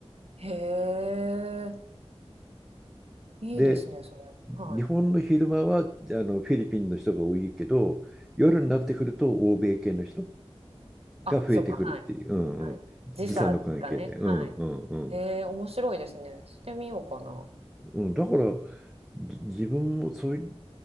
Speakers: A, on the right; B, in the centre.
A: へえ、いいですね、
B: で、
A: それ。
B: 日本の昼間は、
A: はい。
B: あの、フィリピンの人が多いけど、夜になってくると欧米系の人
A: あ、
B: が増えてくるっていう、
A: そっか、はい、
B: うんうん、
A: はい。時差がね、
B: 時差の関係で。うんうんうん
A: はい。ええ、面白いですね。してみようかな。
B: うん、だから自分もそういっ